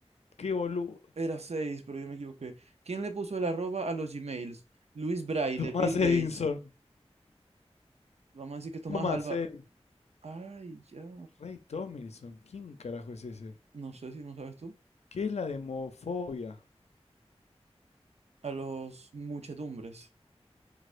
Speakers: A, on the left; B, on the right.
A: qué boludo.
B: Era seis pero yo me equivoqué. ¿Quién le puso el arroba a los Gmails? Luis Braille,
A: Tomás
B: Bill Gates.
A: Edison.
B: Vamos a decir que Tomás
A: Tomás,
B: Alba.
A: eh,
B: Ay, ya.
A: Ray Tomlinson, ¿quién carajo es ese?
B: No sé si no sabes tú.
A: ¿Qué es la demofobia?
B: A los muchedumbres.